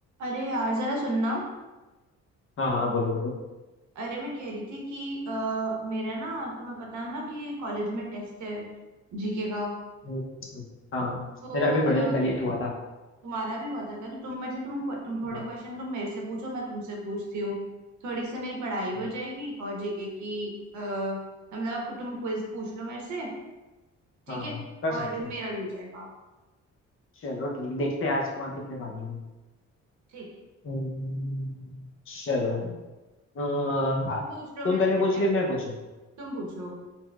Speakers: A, on the right (about 70°); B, on the left (about 45°).
A: अरे यार जरा सुनना
B: हाँ हाँ बोलो बोलो
A: अरे मैं कह रही थी कि अ, मेरा ना तुम्हें पता है ना कि कॉलेज में टेस्ट है जीके का
B: हम्म, हाँ
A: तो
B: मेरा अभी थोड़े
A: अ,
B: दिन पहले ही हुआ था
A: तुम्हारा भी हुआ था क्या तो तुम मुझे तुम तुम थोड़े
B: हाँ
A: क्वेश्चन तुम मेरे से पूछो मैं तुमसे पूछती हूँ थोड़ी सी मेरी पढ़ाई
B: हाँ
A: भी हो जाएगी और जीके की आ, मतलब तुम क्विज पूछ लो मेरे से ठीक
B: हाँ,
A: है
B: कर सकते
A: और मेरा
B: हैं
A: भी हो जाएगा
B: चलो ठीक देखते हैं आज कौन कितने पानी में
A: ठीक है
B: हम्म, चलो अ,
A: तुम पूछ लो
B: तुम
A: मेरे
B: पहले
A: से
B: पूछ
A: पहले
B: रही हो, मैं पूछूं
A: तुम पूछो